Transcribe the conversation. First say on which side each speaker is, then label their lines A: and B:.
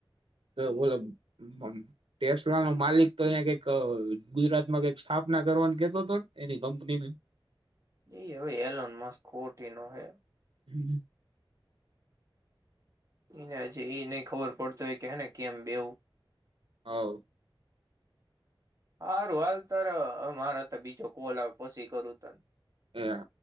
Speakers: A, on the right (about 75°); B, on the right (about 35°).
A: <unintelligible> ટેસ્લા નો માલિક તો અંયા કઈક ગુજરાત માં કઈક સ્થાપના કરવાનું કેતો તોને એની કંપનીનુ
B: એ હવે એલોન માસ ખોતી નો હે
A: હમ
B: એને આજે એ નહી ખબર પડતો હોય કે હેને કેમ બેવું
A: હવ
B: હારું હાલ તાર મારે તો બીજો કોલ આવે પછી કરું તન
A: એ હા